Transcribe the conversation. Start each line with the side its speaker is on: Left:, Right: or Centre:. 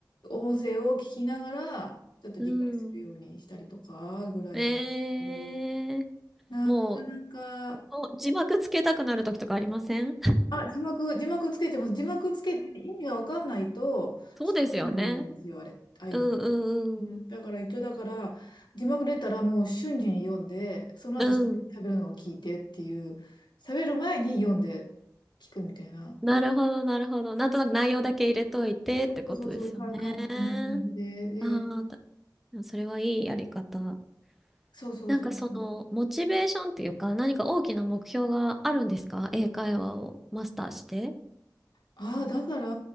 Left: 音声を聞きながら、ちょっと理解するようにしたりとかぐらいな。
Centre: うん。ええ
Left: うんなかなか、
Centre: もう、お字幕つけたくなる時とかありません
Left: あ、字幕、字幕つけてます。字幕つけて意味がわかんないと聞けないんですよ、
Centre: そうですよね。
Left: あれ、ああいうの。
Centre: うんう
Left: うん、
Centre: んうん。
Left: だから一応だから字幕出たらもう瞬時に読んでその後喋るのを聞いてっていう喋る前に読んで聞くみたいな
Centre: うん。なるほど、なるほど。なんとなく内容だけ入れといてってことですよね。
Left: そうそうそうか簡単な感じで、で
Centre: ああ、たそれはいいやり方。
Left: そうそうそうそう
Centre: なんかその、モチベーションっていうか、何か大きな目標があるんですか英会話をマスターして。
Left: ああだから